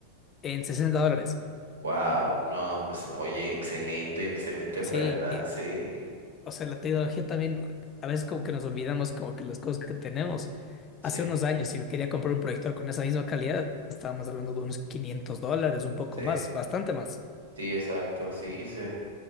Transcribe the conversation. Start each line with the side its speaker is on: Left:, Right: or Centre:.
Left: en 60 dólares.
Right: wow. No, pues oye, excelente, excelente oferta.
Left: Sí,
Right: Sí,
Left: o sea, la tecnología también, a veces como que nos olvidamos como que las cosas que tenemos.
Right: sí,
Left: Hace unos años, si me quería comprar un proyector con esa misma calidad, estábamos hablando de unos 500 dólares, un poco
Right: sí.
Left: más, bastante más.
Right: Sí, exacto, sí, sí.